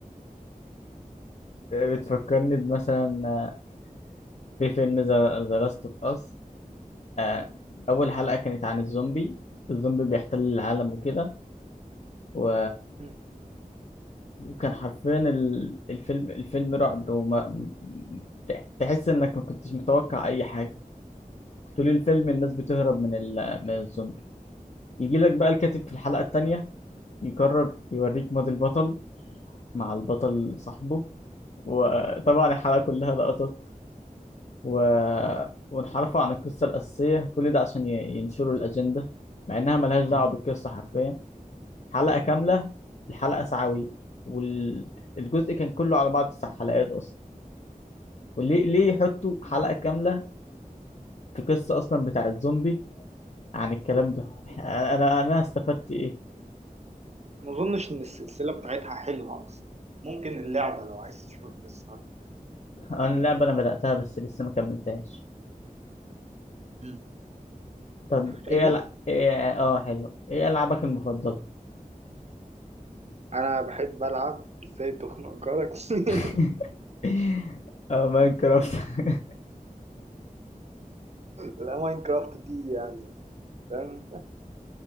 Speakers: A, on the left; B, on the right.
A: بتفكرني بمثلا في فيلم ذا لاست اوف اس آه، أول حلقة كانت عن الزومبي الزومبي بيحتل العالم وكده و...
B: مم.
A: وكان حرفيا ال- الفيلم الفيلم رعب وما م- م- تحس إنك ما كنتش متوقع أي حاجة طول الفيلم الناس بتهرب من ال... من الزومبي يجي لك بقى الكاتب في الحلقة التانية يقرر يوريك ماضي البطل مع البطل صاحبه وطبعا الحلقة كلها لقطات و... وانحرفوا عن القصة الأساسية كل ده عشان ي- ينشروا الأجندة مع إنها ملهاش دعوة بالقصة حرفيا حلقة كاملة
B: مم.
A: الحلقة ساعوي والجزء كان كله على بعض تسع حلقات أصلا وليه ليه يحطوا حلقة كاملة في قصة أصلا بتاع الزومبي عن الكلام ده <laughs> أنا أنا استفدت إيه
B: ما اظنش ان السلسله بتاعتها حلوه اصلا ممكن اللعبه لو عايز تشوف القصه
A: أنا اللعبة أنا بدأتها بس لسه ما كملتهاش
B: مم.
A: طب
B: حلوه
A: إيه ألع... إيه آه حلو إيه ألعابك المفضلة
B: انا بحب العب ازاي تخنق جارك <laughs>
A: <laughs> آه ماينكرافت <laughs>
B: لا ماينكرافت دي يعني فاهم